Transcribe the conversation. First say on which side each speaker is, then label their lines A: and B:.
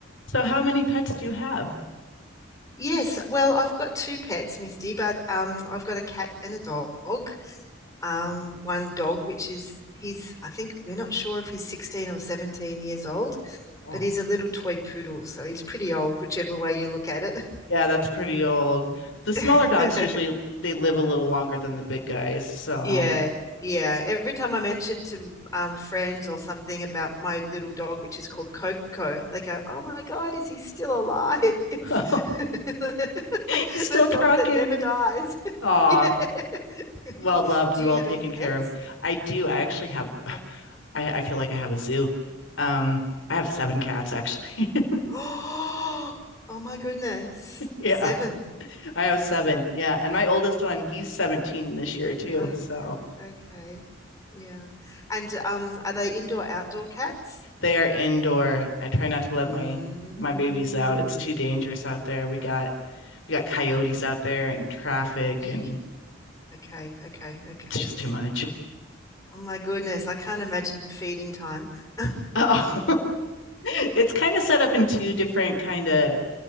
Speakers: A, on the left; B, on the left.
A: So how many pets do you have?
B: Yes, well, I've got two pets, Misty, but um, I've got a cat and a dog. Um, one dog, which is he's, I think we're not sure if he's 16 or 17 years old,
A: Oh,
B: but he's a little toy poodle, so he's pretty old, whichever way you look at it.
A: Yeah, that's pretty old. The smaller
B: <laughs>
A: dogs usually they live a little longer than the big guys, so
B: Yeah, yeah. Every time I mention to um, friends or something about my little dog, which is called Coco, they go, "Oh my God, is he still alive? <laughs>
A: <laughs> he's still
B: The
A: trucking.
B: dog that never dies." <laughs>
A: Aw,
B: Yeah. <laughs>
A: well loved
B: Do
A: and
B: you
A: well
B: have
A: taken
B: any pets?
A: care of. I do.
B: Mm,
A: I actually have <sighs>
B: yeah. <gasps>
A: <laughs> I, I feel like I have a zoo. Um, I have seven cats actually. <laughs>
B: Oh, oh my goodness.
A: Yeah,
B: Seven.
A: I have seven. Yeah, and my oldest one, he's 17 this year too.
B: Okay,
A: So
B: okay. Yeah. And um, are they indoor outdoor cats?
A: they are indoor. I try not to let
B: Mm.
A: my my babies out. It's too dangerous out there. We got we got coyotes out there and traffic
B: Eek.
A: and
B: Okay, okay, okay.
A: it's just too much.
B: Oh my goodness, I can't imagine feeding time. <laughs>
A: Oh, <laughs> it's kind of set up in two different kind of